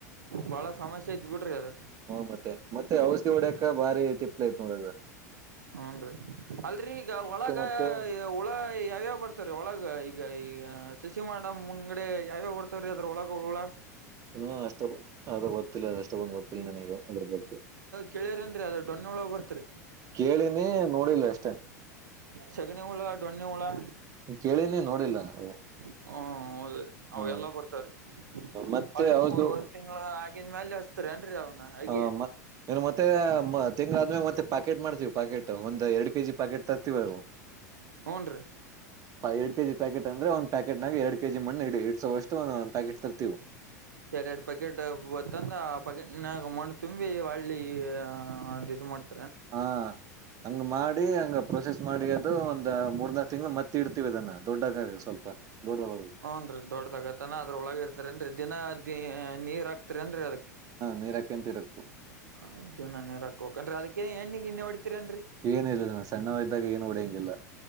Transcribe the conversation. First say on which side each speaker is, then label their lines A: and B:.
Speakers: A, on the right; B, on the right.
A: ಬಾಳ ಸಮಸ್ಯೆ ಐತ ಬಿಡ್ರಿ ಅದರದ.
B: ಹು ಮತ್ತೆ ಮತ್ತೆ ಔಷಧಿ ಹೊಡ್ಯಕ ಬಾರಿ ತಿಪ್ಪಲ ಐತ ನೋಡ ಎಲ್ಲಾ.
A: ಹುಂಡ್ರಿ ಅಲ್ರೀ ಈಗ ಒಳಗ.
B: ಮತ್ತೆ
A: ಹುಳಾ ಯಾವ್ಯಾವ ಬರ್ತಾವರಿ ಒಳಗ ಈಗ ಈಗ ಸಸಿ ಮಾಡವ ಮುಂಗಡೆ ಯಾವ್ಯಾವ ಬರ್ ತ್ತಾವರಿ ಅದ್ರ ಒಳಗ ಹುಳಾ.
B: ಹಾ ಅಷ್ಟೊ ಅದು ಗೊತ್ತಿಲ್ಲಾ ಅದ ಅಷ್ಟ ಬಂದು ಗೊತ್ತಿಲ್ಲ ನನಗೆ ಅದ್ರ ಬಗ್ಗೆ.
A: ಕೇಳಿರಿ ಏನ್ ಡ್ರಿ ಅದ ಡೊಣ್ಣುಹುಳಾ ಬರ್ತರಿ.
B: ಕೇಳಿನಿ ನೋಡಿಲ್ಲ ಅಷ್ಟ.
A: ಸಗಣಿ ಹುಳಾ ಡೊಣ್ಣಿ ಹುಳಾ.
B: ಹು ಕೇಳಿನಿ ನೋಡಿಲ್ಲಾ ಅವು.
A: ಹು ಹೌದ್ರಿ ಅವ
B: ಹ
A: ಎಲ್ಲಾ ಬರ್ತಾವರಿ
B: ಮತ್ತೆ
A: ಹೊಳ್ಳಿ
B: ಹೌದು
A: ಮೂವರು ವರಿ ತಿಂಗಳಾ ಆಗಿದ ಮ್ಯಾಲ ತ್ತಿರೆಂಡ್ರಿ ಅವನ್ನ ಅಗಿ.
B: ಹ ಮ ಇನ್ನು ಮತ್ತೆ ತಿಂಗ್ಗಳ ಆದ್ಮೇಗ ಮತ್ತೆ ಪಾಕೆಟ್ ಮಾಡ್ತೀವಿ ಪಾಕೆಟ್ ಒಂದ್ ಎರಡು ಕೆ ಜಿ ಪಾಕೆಟ್ ತರ್ತಿವಿ ಅವು. <inaudible>
A: ಹ್ನ್ ರೀ.
B: ಎರಡ್ ಕೆಜಿಪ್ಯಾಕೆಟ್ ಅಂದ್ರೆ ಒಂದ ಪ್ಯಾಕೆಟ್ನಾಗ ಎರಡ್ ಕೆಜಿ ಮಣ್ಣಇಡೀ ಇಡ್ಸೋಷ್ಟು ಒಂದ ಪ್ಯಾಕೆಟ್ ತರ್ತಿವು.
A: ಯಾಡ ಯಾಡ ಪ್ಯಾಕೆಟ್ ಬ ತ್ತಂದ ಆ ಪಕೆಟ್ ನಾಗ ಮಣ್ಣ ತುಂಬಿ ಒಳ್ಳಿ ಅದ ಇದು ಮಾಡ್ತ.
B: ಹಾ ಹಂಗ ಮಾಡಿ ಹಂಗ ಪ್ರೊಸೆಸ್ ಮಾಡಿ ಅದು ಒಂದ್ ಮೂರ್ನಾ ನಾಲ್ಕ ತಿಂಗಳು ಮತ್ತೆ ಇಡ್ತಿವಿ ಅದನ್ನ ದೊಡ್ಡಗ ಸ್ವಲ್ಪ. ದೊಡ ಯಾವಾಗ್
A: ಹುನ್ರಿ ದೊಡ್ಡದ ಆಗತಾನ ಅದ್ರೊಳಗ ಇರ್ತಾರೇನ್ರಿ ದಿನ ದ ನೀರ್ ಹಾಕ್ತರಿನ್ರರಿ ಅದಕ
B: ನೀರಕ್ಕೆಂತ ಇರಬೇಕು
A: ಅ ದಿನಾ ನೀರ್ ಹಕ್ಕೋ ಬೇಕನ್ರಿ ಅದಕ್ಕೇ ಏನ್ ಎಣ್ಣೆ ಗಿಣ್ಣಿ ಹೊಡತೀರಿನ್ರಿ.
B: ಏನ ಇಲ್ಲ ಸಣ್ಣವ ಇದ್ದಾಗ ಏನು ಹೊಡೆಯಂಗಿಲ್ಲ.